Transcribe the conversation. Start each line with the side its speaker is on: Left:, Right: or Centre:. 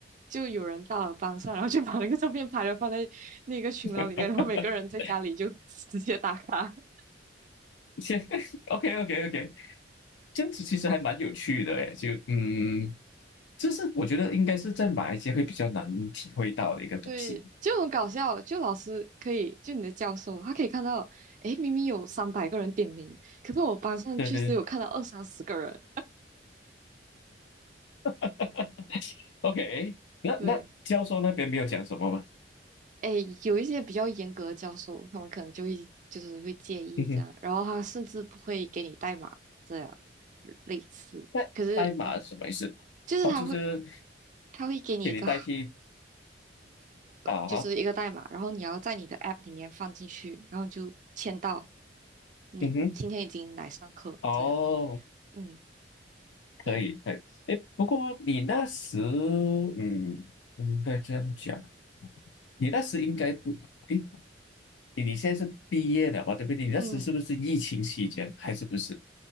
Right: 就有人到了班上，然后就把那个照片拍了放在那个群聊里面，
Left: <laughs>
Right: 然后每个人在家里就直接打卡，<laughs>
Left: 先 <laughs> OK OK OK，这样子其实还蛮有趣的诶，就嗯，就是我觉得应该是在马来西亚会比较难体会到的一个东西。
Right: 对，就很搞笑。就老师可以，就你的教授，他可以看到，诶，明明有三百个人点名，可是我班上确实有看到二三十个人。
Left: 对对 <laughs> OK，那那教授那边没有讲什么吗？
Right: 对，诶，有一些比较严格的教授，他们可能就会就是会介意这样，
Left: 嗯哼，
Right: 然后他甚至不会给你代码这样类似。
Left: <laughs> 那代码是什么意思？
Right: 可是，嗯，就是他会
Left: 哦，就是
Right: 他会给你一个
Left: 给你代替啊哈，
Right: 就是一个代码，然后你要在你的 App 里面放进去，然后你就签到，你今天已经来上课，
Left: 嗯哼，哦，
Right: 这样，嗯，对，
Left: 可以可以。诶，不过你那时，嗯，不应该这样讲，你那时应该不，诶，你你现在是毕业了嘛，对不对？你那时是不是疫情期间还是不是？
Right: 嗯，